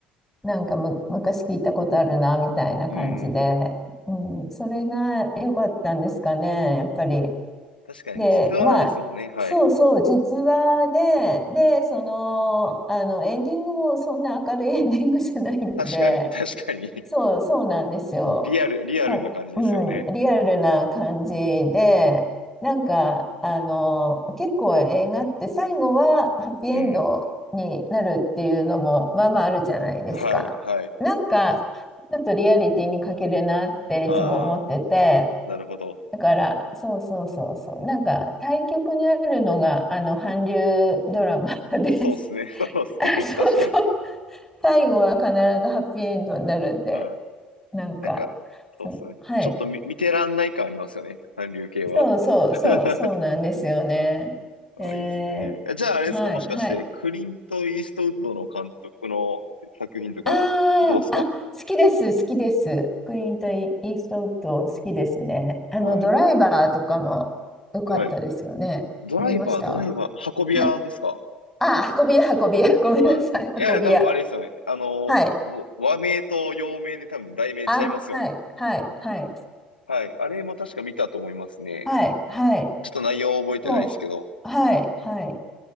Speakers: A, in the centre; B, on the left.
A: なんかむ、昔聞いたことあるな、みたいな感じで、
B: うん。
A: うん、それが良かったんですかね、やっぱり。
B: 確かに、
A: で、
B: 実話ですもんね。
A: まあ、
B: はい。
A: そうそう、実話で、で、その、あの、エンディングもそんな明るい <laughs> エンディングじゃないんで、
B: 確かに、<laughs> 確かに。
A: そう、そうなんですよ。
B: リアル、リアルな感じですよね。
A: だから、うん、リアルな感じで、なんか、あの、結構映画って最後はハッピーエンドになるっていうのも、
B: うん。
A: まあまああるじゃないですか。
B: はい、はい。
A: なんか、ちょっとリアリティに欠けるなっていつも思ってて、
B: ああ、なるほど。
A: だから、そうそうそうそう。なんか、対極にあるのが、あの、韓流ドラマです。
B: そうっすね。<laughs>
A: <laughs>
B: そうっすね。
A: あ、そうそう。
B: 確かに。
A: 最後は必ずハッピーエンドになるんで、
B: は
A: なんか、
B: い。なんか、そうっすね。
A: そう、はい。
B: ちょっと見、見てらんない感ありますよね。韓流系は。
A: そうそうそう、
B: <laughs>
A: そうなんですよね。え
B: あ、いいっすね。えじゃああれですか、
A: ー、はい、
B: もしかして、
A: はい。
B: クリント・イーストウッドの監督の作品とか、
A: ああ、
B: どうっすか
A: あ、好きです、好きです。クリント・イーストウッド、好きですね。あの、
B: はい。
A: ドライバーとかも良かったですよね。
B: はい。ドライバー、
A: 見ました
B: ドライバー、運び屋ですか
A: はいあ、運び屋、運び屋。ごめんなさい。
B: はい。
A: 運び屋。
B: いやいや、多分あれですよね。あの、
A: はい。
B: わ和名と洋名で多分題名ちゃいますよね。
A: あ、はい、はい、はい、
B: はい。あれも確か見たと思いますね。
A: はい、はい。
B: ちょっと内容覚えてないですけど、
A: もう、はい、はい。